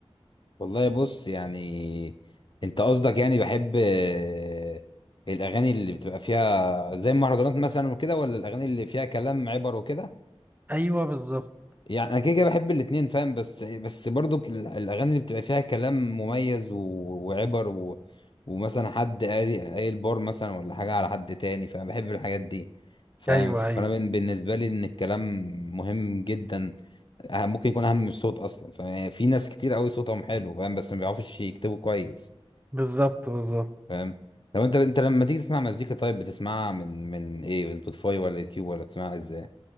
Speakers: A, on the left; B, on the right.
A: والله بص يعني انت قصدك يعني بحب آه، الاغاني اللي بتبقى فيها زي المهرجانات مثلا وكده ولا الاغاني اللي فيها كلام عبر وكده
B: أيوه بالظبط
A: يعني انا كده كده بحب الاتنين فاهم بس بس برضو ال- الاغاني اللي بتبقى فيها كلام مميز و... وعبر و... ومثلا حد قاري قايل بار مثلا ولا حاجه على حد تاني فانا بحب الحاجات دي فاهم
B: أيوه
A: فانا
B: أيوه
A: بن- بالنسبه لي ان الكلام مهم جدا أه- ممكن يكون اهم من الصوت اصلا ففي ناس كتير قوي صوتهم حلو فاهم بس ما بيعرفوش يكتبوا كويس
B: بالظبط بالظبط
A: فاهم لو انت انت لما تيجي تسمع مزيكا طيب بتسمعها من من ايه سبوتيفاي ولا يوتيوب ولا بتسمعها ازاي